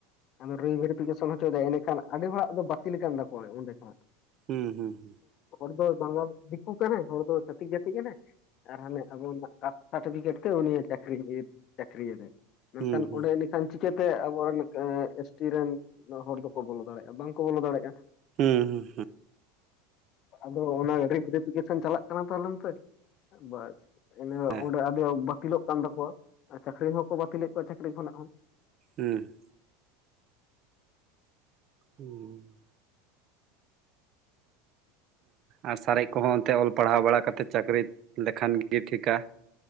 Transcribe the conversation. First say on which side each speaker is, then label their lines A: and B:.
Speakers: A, on the left; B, on the right.
A: ᱟᱫᱚ ᱨᱤ ᱵᱷᱮᱨᱤᱯᱷᱤᱠᱮᱥᱚᱱ ᱦᱚᱪᱚᱭᱮᱫᱟᱭ ᱮᱸᱰᱮᱠᱷᱟᱱ ᱟᱹᱰᱤ ᱦᱚᱲᱟᱜ ᱫᱚ ᱵᱟᱹᱛᱤᱞ ᱠᱟᱱᱟᱱ ᱛᱟᱠᱚᱣᱟ ᱚᱸᱰᱮ ᱠᱷᱚᱱᱟᱜ ᱾
B: ᱦᱩᱸ ᱦᱩᱸ ᱦᱩᱸ,
A: ᱦᱚᱲ ᱫᱚ ᱵᱟᱝ ᱫᱤᱠᱩ ᱠᱟᱱᱟᱭ ᱦᱚᱲ ᱫᱚ ᱪᱷᱟᱹᱛᱤᱠ ᱡᱟᱹᱛᱤ ᱠᱟᱱᱟᱭ᱾ ᱟᱨ ᱦᱟᱱᱮ ᱟᱵᱚᱱᱟᱜ ᱠᱟᱥ ᱥᱟᱨᱴᱤᱯᱷᱤᱠᱮᱴ ᱛᱮ ᱩᱱᱤ ᱪᱟᱹᱠᱨᱤ ᱪᱟᱹᱠᱨᱤᱭᱫᱟᱭ ᱢᱮᱱᱠᱷᱟᱱ
B: ᱦᱩᱸ ᱦᱩᱸ
A: ᱚᱸᱰᱮᱼᱼ ᱪᱤᱠᱟᱹᱛᱮ ᱟᱵᱚᱨᱮᱱ ᱮᱥ ᱴᱤ ᱨᱮᱱ ᱦᱚᱲ ᱫᱚᱠᱚ ᱵᱚᱞᱚ ᱫᱟᱲᱮᱭᱟᱜᱼᱟ ᱵᱟᱝᱠᱚ ᱵᱚᱞᱚ ᱫᱟᱲᱮᱭᱟᱜᱼᱟ᱾
B: ᱦᱮᱸ ᱦᱮᱸ ᱦᱮᱸ᱾
A: ᱟᱫᱚ ᱚᱱᱟ ᱜᱮ ᱨᱤᱵᱷᱮᱨᱤᱯᱷᱤᱠᱮᱥᱚᱱ ᱪᱟᱞᱟᱜ ᱠᱟᱱᱟ ᱛᱚ ᱟᱞᱮ ᱚᱱᱛᱮ ᱵᱟᱥᱼᱼ ᱤᱱᱟ
B: ᱦᱮᱸ
A: ᱚᱸᱰᱮ ᱟ ᱵᱟᱹᱛᱤᱞᱚᱜ ᱠᱟᱱ ᱛᱟᱠᱚᱣᱟ ᱪᱟᱹᱠᱨᱤ ᱦᱚᱸᱠᱚ ᱵᱟᱹᱛᱤᱞᱮᱜ ᱠᱚᱣᱟ ᱪᱟᱹᱠᱨᱤ ᱠᱷᱚᱱᱟᱜ ᱦᱚᱸᱼᱼ
B: ᱦᱩᱸ, ᱦᱩᱸ, ᱟᱨ ᱥᱟᱨᱮᱡ ᱠᱚᱦᱚᱸ ᱚᱱᱛᱮ ᱚᱞ ᱯᱟᱲᱦᱟᱣ ᱵᱟᱲᱟᱛᱮᱫ ᱪᱟᱹᱠᱨᱤ ᱞᱮᱠᱷᱟᱱ ᱜᱮ ᱴᱷᱤᱠ ᱟᱼᱼ